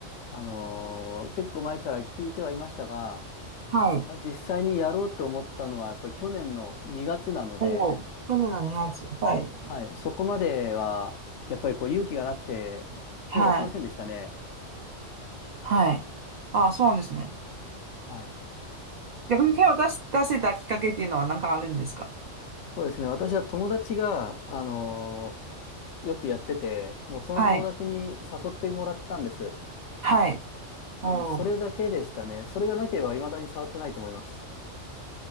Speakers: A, on the left; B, on the right.
A: あのー結構前から聞いてはいましたが、
B: はい。
A: あ実際にやろうと思ったのは、やっぱり去年の2月なので、
B: おお、去年の2月。はい。
A: はい、そこまでは、やっぱりこう勇気がなくて、
B: はい。
A: 手出せませんでしたね。
B: はい。あ、そうですね。
A: はい。
B: 逆に手を出し、出せたきっかけっていうのは何かあるんですか
A: そうですね。私は友達が、あのーよくやってて、もうその友達に誘ってもらったんです。
B: はい。はい。おー
A: うん、それだけでしたね。それがなければ未だに触ってないと思います。